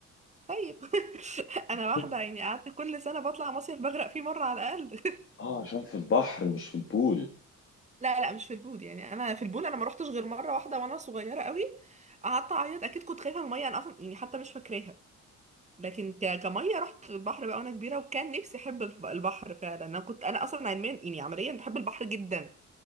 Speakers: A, on the right; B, on the left.
A: طيب <laughs>
B: <laughs>
A: انا واحده يعني قعدت كل سنه بطلع مصيف بغرق فيه مره على الاقل
B: اه عشان في البحر مش في البول
A: <laughs> لا لا مش في البول يعني انا في البول انا ما روحتش غير مره واحده وانا صغيره قوي قعدت اعيط اكيد كنت خايفه من الميه انا اصلا يعني حتى مش فاكراها لكن ك- كميه رحت البحر بقى وانا كبيره وكان نفسي احب الف- البحر فعلا انا كنت انا اصلا علميا يعني عمليا بحب البحر جدا